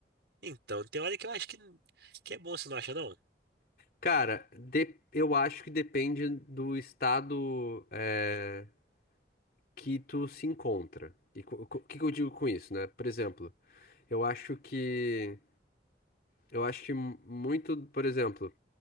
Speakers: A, on the right; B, on the left.
A: Então, tem hora que eu acho que, que é bom, você não acha, não?
B: Cara, de- eu acho que depende do estado eh, que tu se encontra. E co- co- o que que eu digo com isso, né? Por exemplo, eu acho que eu acho que mu- muito, por exemplo,